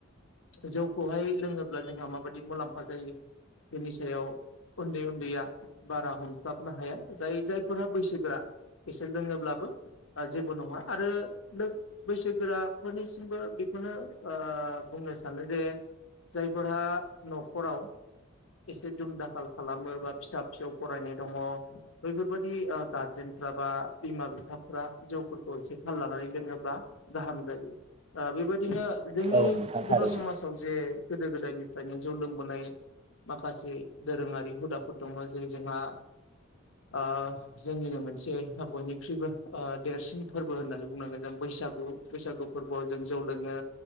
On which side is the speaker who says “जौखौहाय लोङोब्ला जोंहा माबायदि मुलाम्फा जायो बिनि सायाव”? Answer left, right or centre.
Left